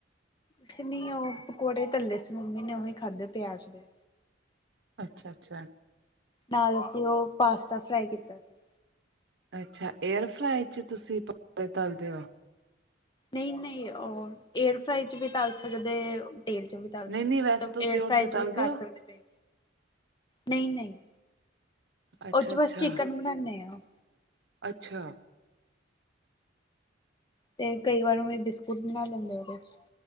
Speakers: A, on the left; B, on the right.
A: ਕਹਿੰਨੀ ਆ ਉਹ ਪਕੌੜੇ ਤੱਲੇ ਸੀ ਮੰਮੀ ਨੇ ਉਹੀ ਖਾਧੇ ਪਿਆਜ ਦੇ।
B: ਅੱਛਾ -ਅੱਛਾ।
A: ਨਾਲ ਅਸੀਂ ਉਹ ਪਾਸਤਾ ਫਰਾਈ ਕੀਤਾ ਸੀ।
B: ਅੱਛਾ, ਏਅਰ ਫਰਾਈ ਚ ਤੁਸੀਂ ਪਕੋੜੇ ਤਲਦੇ ਹੋ?
A: ਨਹੀਂ- ਨਹੀਂ ਉਹ ਏਅਰ ਫਰਾਈ ਚ ਵੀ ਤਲ ਸਕਦੇ ਤੇਲ ਚ ਵੀ ਤਲ
B: ਨਹੀਂ-ਨਹੀਂ
A: ਸਕਦੇ ਔ
B: ਵੈਸੇ
A: ਮਤਲਬ
B: ਤੁਸੀਂ
A: ਏਅਰ
B: ਉਹ
A: ਫਰਾਈ ਚ
B: ਤਲਦੇ
A: ਵੀ ਕਰ
B: ਹੋ?
A: ਸਕਦੇ ਪਏ। ਨਹੀਂ- ਨਹੀਂ
B: ਅੱਛਾ-ਅੱਛਾ,
A: ਉਹਦੇ ਚ ਬਸ ਚਿਕਨ
B: ਅੱਛਾ।
A: ਬਣਾਨੇ ਆ।
B: ਅੱਛਾ।
A: ਤੇ ਕਈ ਵਾਰ ਉਹ ਬਿਸਕੁਟ ਬਣਾ ਲੈਂਨੇ ਆ ਉਦੇ ਚ।